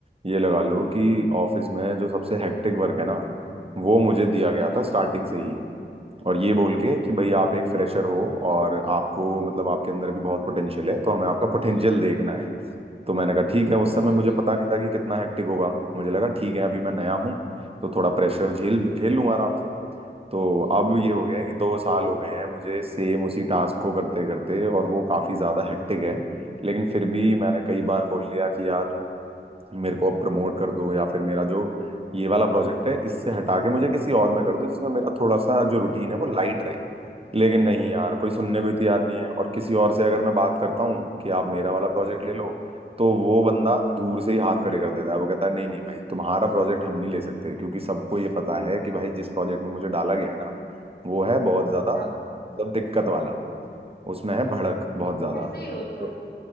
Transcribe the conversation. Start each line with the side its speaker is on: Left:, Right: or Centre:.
Right: ये लगा लो कि ऑफिस में जो सबसे हेक्टिक वर्क है ना वो मुझे दिया गया
Left: हम्म
Right: था स्टार्टिंग से ही और ये बोल के कि भाई आप एक फ्रेशर हो और आपको मतलब आपके अंदर भी बहुत पोटेंशियल है तो हमें आपका पोटेंशियल देखना है तो मैंने कहा ठीक है उस
Left: हम्म
Right: समय
Left: हम्म
Right: मुझे
Left: हम्म
Right: पता नहीं था कि कितना हेक्टिक होगा मुझे लगा ठीक है अभी मैं नया हूँ तो थोड़ा प्रेशर झेल झेल लूंगा आराम से तो अब ये हो गया है कि दो साल हो गए हैं मुझे सेम उसी टास्क को करते करते और वो काफी ज्यादा हेक्टिक है लेकिन फिर भी मैंने कई बार बोल लिया कि यार मेरे को अब प्रमोट कर दो या फिर मेरा जो ये वाला प्रोजेक्ट है इससे हटा के मुझे किसी और में कर दो जिसमें मेरा थोड़ा सा जो रूटीन है वो लाइट रहे लेकिन नहीं यार कोई सुनने
Left: हम्म,
Right: को ही तैयार नहीं है और किसी और से अगर मैं बात करता हूँ कि आप मेरा वाला प्रोजेक्ट ले लो तो वो बंदा दूर से ही हाथ खड़े कर देता है वो कहता है नहीं नहीं भाई तुम्हारा प्रोजेक्ट हम नहीं ले सकते क्योंकि सबको ये पता है कि भाई जिस प्रोजेक्ट में मुझे डाला गया है ना वो है बहुत ज्यादा
Left: हाँ
Right: मतलब
Left: हाँ
Right: दिक्कत वाला उसमें है भड़क बहुत ज्यादा
Left: ऐसे ही होता
Right: तो
Left: है